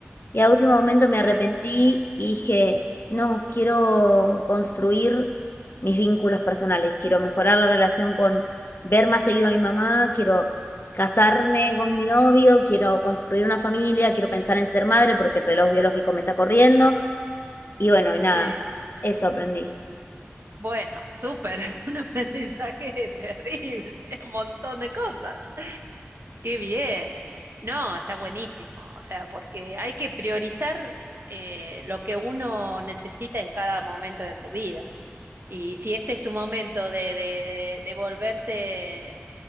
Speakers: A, on the left; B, on the right.
A: y a último momento me
B: claro.
A: arrepentí y dije, no, quiero construir mis vínculos personales, quiero mejorar la relación con ver más seguido a mi mamá, quiero casarme con mi novio, quiero construir una familia, quiero pensar en ser madre porque el reloj biológico me está corriendo. Y bueno, y
B: sí.
A: nada, eso aprendí.
B: Bueno, súper, <laughs> un aprendizaje terrible, un montón de cosas. Qué bien. No, está buenísimo. O sea, porque hay que priorizar eh, lo que uno necesita en cada momento de su vida. Y si este es tu momento de, de, de volverte